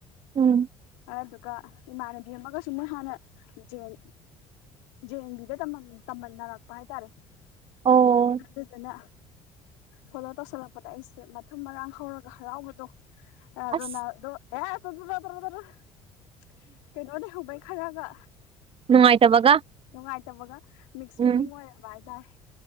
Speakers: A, on the right; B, on the left.
A: ꯎꯝ
B: ꯑꯗꯨꯒ ꯏꯃꯥꯟꯅꯕꯤ ꯑꯃꯒꯁꯨ ꯃꯣꯏ ꯍꯥꯟꯅ ꯖꯦꯟ ꯖꯦꯟꯕꯤꯗ ꯇꯝꯃꯝꯃꯦ ꯇꯝꯃꯤꯟꯅꯔꯛꯄ ꯍꯥꯏꯇꯥꯔꯦ
A: ꯑꯣ
B: ꯑꯗꯨꯗꯨꯅ ꯐꯣꯂꯣ ꯇꯧꯁꯤꯜꯂꯛꯄꯗ ꯑꯩꯁꯦ ꯃꯊꯨꯝ ꯃꯔꯥꯡ ꯍꯧꯔꯒ ꯍꯔꯥꯎꯕꯤꯗꯣ ꯑ ꯑꯗꯨꯣ
A: ꯑꯁ
B: ꯅꯣ ꯌꯥ ꯆ꯭ꯔꯗ꯭ꯔ <unintelligible> ꯀꯩꯅꯣ ꯂꯩꯍꯧꯕꯩ ꯈꯔꯒ
A: ꯅꯨꯡꯉꯥꯏꯇꯕꯒ
B: ꯅꯨꯡꯉꯥꯏꯇꯕꯒ ꯃꯤꯛꯁ ꯐꯤꯂꯤꯡ
A: ꯎꯝ
B: ꯑꯣꯏꯔꯕ ꯍꯥꯏꯇꯥꯔꯦ